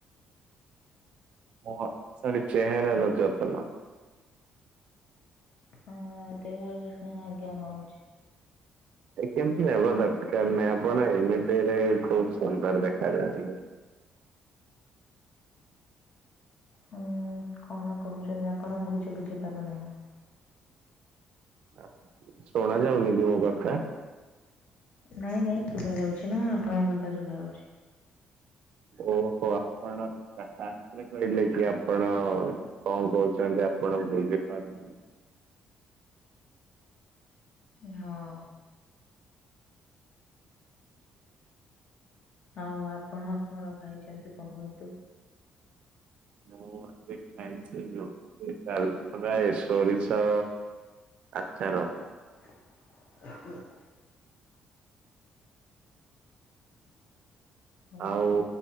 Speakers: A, on the right; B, on the left.
A: ମୁହଁ ସରି ଚେହେରା ଦରକାର ଥିଲା।
B: ହଁ ଦେହ ଯତ୍ନ ଆଜ୍ଞା ନଉଛି।
A: କେମିତି ନବା ଦରକାର ନାହିଁ, ଆପଣ ଏମିତିରେ ଖୁବ ସୁନ୍ଦର ଦେଖାଯାଆନ୍ତି।
B: ହୁଁ କଣ କହୁଛନ୍ତି ଆପ ଆପଣ, ମୁଁ କିଛି ବୁଝିପାରୁନାହିଁ।
A: ଆ ଶୁଣା ଯାଉନି କି ମୋ କଥା?
B: ନାଇଁ ନାଇଁ ଶୁଭାଯାଉଛି ନା, ଆପଣଙ୍କ କଥା ଶୁଭାଯାଉଛି।
A: ଓହୋ। ଆପଣ କାହା <unintelligible> କହିଲେ କି ଆପଣ କଣ କହୁଛନ୍ତି ଆପଣ ବୁଝିପାରୁ
B: ହଁ। ଆଉ ଆପଣ କଣ ଖାଇଛନ୍ତି କୁହନ୍ତୁ?
A: ମୁଁ ଏବେ ଖାଇଛି, ରୁଟି, ଡ଼ାଲି। ହ ଭାଇ ସୋରିଷ ଆଚାର।
B: <unintelligible> ଓହୋ
A: ଆଉ